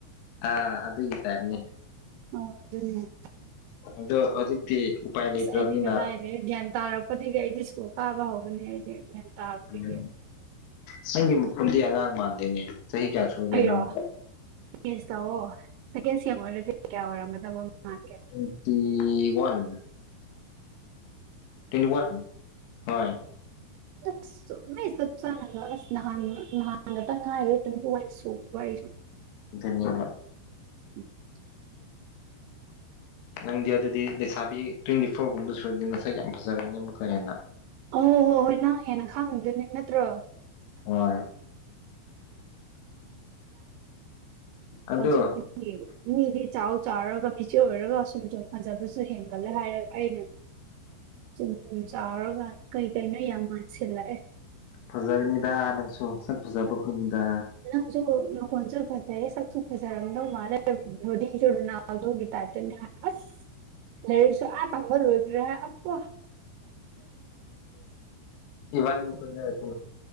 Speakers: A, on the left; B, on the right.
A: ꯑꯥ ꯑꯗꯨꯒꯤ ꯇꯥꯏꯞꯅꯤ
B: ꯑꯣ ꯑꯗꯨꯅꯦ
A: ꯑꯗꯣ ꯍꯧꯖꯤꯛ ꯎꯄꯥꯏ ꯂꯩꯇ꯭ꯔꯕꯅꯤꯅ
B: ꯑꯁ ꯑꯩꯗꯤ ꯀꯗꯥꯏꯗꯩ ꯒ꯭ꯌꯥꯟ ꯇꯥꯔꯛꯄꯗꯒꯤ ꯑꯩꯗꯤ ꯁ꯭ꯀꯨꯜ ꯀꯥꯕ ꯍꯧꯕꯅꯤ ꯑꯩꯗꯤ ꯒ꯭ꯌꯥꯟ ꯇꯥꯕꯗꯒꯤ
A: ꯎꯝ ꯆꯤꯟꯒꯤ ꯃꯈꯣꯟꯗꯤ ꯑꯉꯥꯡ ꯃꯥꯟꯗꯦꯅꯦ ꯆꯍꯤ ꯀꯌꯥ ꯁꯨꯔꯒꯦ
B: ꯑꯩꯔꯣ
A: ꯅꯪ
B: ꯒꯦꯁ ꯇꯧꯑꯣ ꯁꯦꯀꯦꯟ ꯁꯑꯦꯝ ꯑꯣꯏꯔꯗꯤ ꯀꯌꯥ ꯑꯣꯏꯔꯝꯒꯗꯕ ꯃꯥꯟꯒꯦ
A: ꯇ꯭ꯨꯋꯦꯟꯇꯤ ꯋꯥꯟ ꯇ꯭ꯋꯦꯟꯇꯤ ꯋꯥꯟ ꯍꯣꯏ
B: ꯑꯁ ꯆ ꯆꯥ ꯅꯍꯥꯟ ꯅꯍꯥꯟꯒ ꯇ ꯉꯥꯏꯔꯦ ꯇ꯭ꯋꯦꯟꯇꯤ ꯋꯥꯟ ꯁꯨꯕ ꯑꯩꯁꯨ
A: ꯑꯗꯨꯅꯤꯕ
B: <unintelligible>
A: ꯅꯪꯗꯤ ꯑꯗꯨꯗꯤ ꯂꯩꯁꯥꯕꯤ ꯇ꯭ꯋꯦꯟꯇꯤ ꯐꯣꯔꯒꯨꯝꯕ ꯁꯨꯔꯗꯤ ꯅꯁꯥꯛ ꯌꯥꯝ ꯐꯖꯔꯅꯤ ꯑꯃꯨꯛꯀ ꯍꯦꯟꯅ
B: ꯑꯣꯏ ꯍꯣ ꯍꯣꯏ ꯅꯪ ꯍꯦꯟꯅ ꯈꯥꯡꯉꯤꯗꯨꯅꯦ ꯅꯠꯇ꯭ꯔꯣ
A: ꯍꯣꯏ ꯑꯗꯣ
B: ꯍꯧꯖꯤꯛ ꯃꯤꯗꯤ ꯆꯥꯎ ꯆꯥꯎꯔꯒ ꯃꯤꯆꯦ ꯑꯣꯏꯔꯒ ꯁꯨꯝ ꯁꯨꯝ ꯐꯖꯕꯁꯨ ꯍꯦꯟꯒꯠꯂꯦ ꯍꯥꯏꯔꯒ ꯑꯩꯅ ꯁꯨꯝ ꯁꯨꯝ ꯆꯥꯎꯔꯒ ꯀꯩ ꯀꯩꯅꯣ ꯌꯥꯝ ꯃꯥꯟꯁꯤꯜꯂꯛꯑꯦ
A: ꯐꯖꯩꯅꯤꯗ ꯅꯪꯁꯨ ꯁꯛ ꯐꯖꯥꯕꯒꯨꯝꯅꯤꯗ
B: ꯅꯪꯁꯨ ꯅꯈꯣꯟꯁꯨ ꯐꯖꯩꯌꯦ ꯁꯛꯁꯨ ꯐꯖꯔꯝꯗꯧ ꯃꯥꯜꯂꯦ ꯕꯣꯗꯤꯖꯨ ꯔꯣꯅꯥꯜ ꯅꯥꯜꯗꯣꯒꯤ ꯇꯥꯏꯞꯇꯅꯦ ꯑꯁ ꯂꯩꯔꯤꯛꯁꯨ ꯑ ꯇꯝꯕ ꯂꯣꯏꯈꯒꯔꯦ ꯍ ꯑꯣ
A: ꯏꯕꯥꯅꯤ ꯀꯣꯏꯅꯔꯁꯦ